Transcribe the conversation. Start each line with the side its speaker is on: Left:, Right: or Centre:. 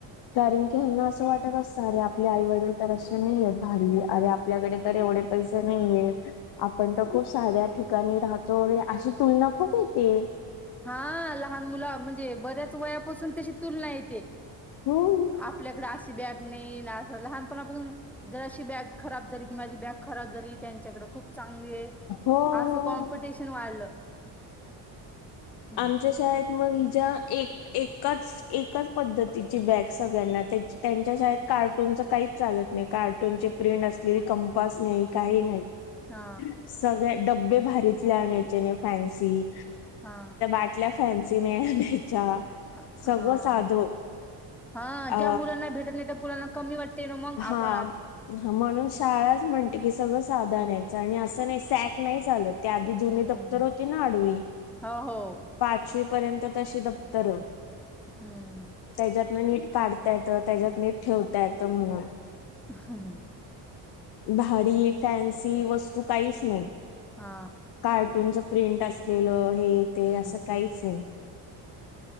Left: कारण ह्यांना असं वाटत असणार आहे आपली आई वडील तर असे नाहीय भारी अरे आपल्याकडे तर एवढे पैसे नाहीयेत आपण तर खूप साधे ठिकाणी राहतो अशी तुलना खूप येते
Centre: हा लहान मुलं म्हणजे बऱ्याच वयापासून त्याशी तुलना येते
Left: हम्म
Centre: आपल्याकडे अशी बॅग नाही ना लहानपणापासून जर अशी बॅग खराब झाली कि माझी बॅग खराब झाली त्यांच्याकडे खूप चांगली आहे
Left: हो
Centre: अस
Left: हो
Centre: कॉमपिटिशन वाढलं हं,
Left: आमच्या शाळेत मग हिच्या एक एकाच पद्धती तिची बॅग सगळ्यांना त्यांच्या शाळेत कार्टूनच काहीच चालत नाही कार्टूनची प्रिंट असलेली कंपास नाही काही नाही
Centre: हा
Left: सगळे डब्बे भारीतले आणायचे नाही फॅन्सी
Centre: हा
Left: आटल्या फॅन्सीे
Centre: अ,
Left: सगळं
Centre: हां,
Left: साध
Centre: हां.
Left: अ
Centre: ज्या मुलांना भेटत नाही त्या मुलांना कमी वाटते ना मग
Left: हा
Centre: आपण आप
Left: म्हणून शाळा म्हणते की सगळं साधं आणायचं आणि असं नाही सॅक नाही चालत त्याआधी जुनी
Centre: हं,
Left: दप्तर होती ना आडवी
Centre: हो, हो.
Left: पाचवी पर्यंत तशी दप्तर
Centre: हम्म
Left: त्याच्यातनं नीट काढता येत त्याच्यात नीट ठेवता येत म्हणून
Centre: हम्म
Left: भारी फॅन्सी वस्तू काहीच नाही
Centre: हा
Left: कार्टूनच प्रिंट असलेलं हे ते
Centre: हं.
Left: असं काहीच नाही